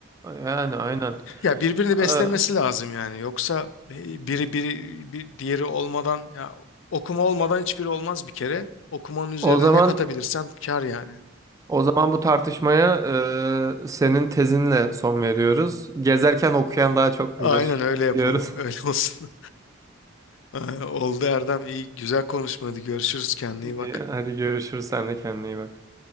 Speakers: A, on the right; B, on the left.
A: Yani aynen.
B: Ya birbirini beslemesi
A: Ee,
B: lazım yani. Yoksa e, biri biri bir diğeri olmadan ya okuma olmadan hiçbiri olmaz bir kere. Okumanın üzerine
A: O zaman
B: ne katabilirsen kar yani.
A: o zaman bu tartışmaya e, senin tezinle son veriyoruz. Gezerken okuyan daha çok
B: Aynen
A: bilir
B: öyle yapalım.
A: diyoruz.
B: Öyle olsun. <laughs> Oldu Erdem. İyi güzel konuşmadı. Görüşürüz kendine
A: <laughs>
B: iyi bak.
A: Hadi görüşürüz. Sen de kendine iyi bak.